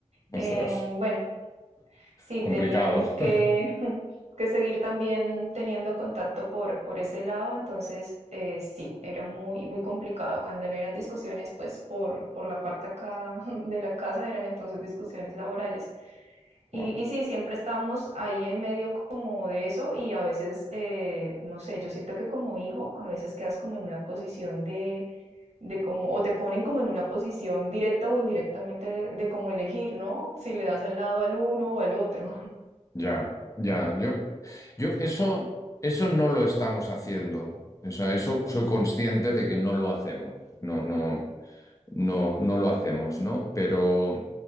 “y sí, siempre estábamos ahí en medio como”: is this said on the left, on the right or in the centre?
Right